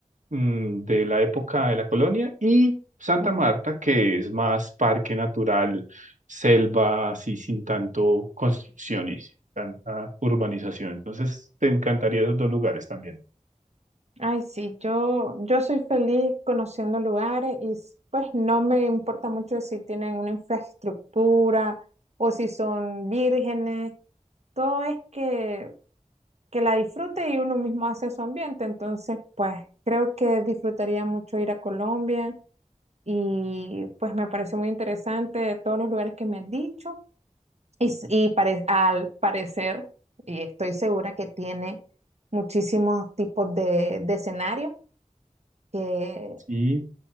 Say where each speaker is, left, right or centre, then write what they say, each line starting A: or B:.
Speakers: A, on the right; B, on the right.
A: mm, de la época de la colonia y Santa
B: Ujú.
A: Marta, que es más parque natural, selva, así sin tanto construcción y sin tanta urbanización. Entonces, te encantaría esos dos lugares también.
B: Ay, sí, yo, yo soy feliz conociendo lugares y s- pues no me importa mucho si tienen una infraestructura o si son vírgenes, todo es que, que la disfrute y uno mismo hace su ambiente, entonces pues creo que disfrutaría mucho ir a Colombia y pues me parece muy interesante todos los lugares que me has dicho y, s- y pare- al parecer, y estoy segura que tiene muchísimos tipos de de escenarios que,
A: Y